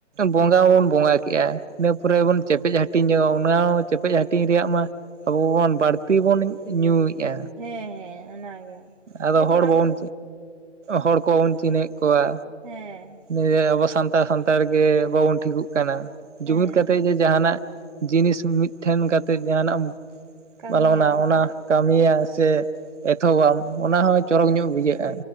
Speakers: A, on the right; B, on the right.
A: ᱵᱚᱸᱜᱟ ᱦᱚᱸ ᱵᱚᱱ ᱵᱚᱸᱜᱟᱭ ᱠᱮᱜᱼᱟ᱾ ᱤᱱᱟᱹ ᱯᱚᱨᱮ ᱵᱚᱱ ᱪᱮᱯᱮᱡ ᱦᱟᱹᱴᱤᱧ ᱧᱚᱜᱼᱟ ᱚᱱᱟ ᱦᱚᱸ ᱪᱮᱯᱮᱡ ᱦᱟᱹᱴᱤᱧ ᱨᱮᱭᱟᱜ ᱢᱟ ᱟᱵᱚ ᱵᱚᱱ ᱵᱟᱹᱲᱛᱤ ᱵᱚᱱ ᱧᱩᱭᱮᱫᱼᱟ᱾
B: ᱦᱮᱸ ᱦᱮᱸ, ᱚᱱᱟᱜᱮ᱾
A: ᱟᱫᱚ
B: ᱡᱮᱢᱚᱱ
A: ᱦᱚᱲ
B: ᱟᱵᱚ
A: ᱵᱟᱵᱚᱱ ᱦᱚᱲ ᱠᱚ ᱵᱟᱵᱚᱱ ᱪᱤᱱᱦᱟᱹᱭᱮᱫ ᱠᱚᱣᱟ᱾
B: ᱦᱮᱸ᱾
A: ᱮᱭ ᱟᱵᱚ ᱥᱟᱱᱛᱟᱲ ᱥᱟᱱᱛᱟᱲ ᱜᱮ ᱵᱟᱵᱚᱱ ᱴᱷᱤᱠᱚᱜ ᱠᱟᱱᱟ
B: ᱦᱮᱸ
A: ᱡᱩᱢᱤᱫ ᱠᱟᱛᱮ ᱜᱮ ᱡᱟᱦᱟᱱᱟᱜ ᱡᱤᱱᱤᱥ ᱢᱤᱫ ᱛᱷᱮᱱ ᱠᱟᱛᱮᱜ ᱡᱟᱦᱟᱱᱟᱜ ᱮᱢ
B: ᱠᱟᱹᱢᱤᱭᱟᱵᱚᱱ
A: ᱯᱟᱞᱚᱱᱟ ᱚᱱᱟ ᱠᱟᱹᱢᱤᱭᱟ ᱥᱮ ᱮᱛᱷᱚᱵᱟᱢ ᱚᱱᱟ ᱦᱚᱸ ᱪᱚᱨᱚᱠ ᱧᱚᱜ ᱵᱩᱡᱷᱟᱹᱜᱼᱟ᱾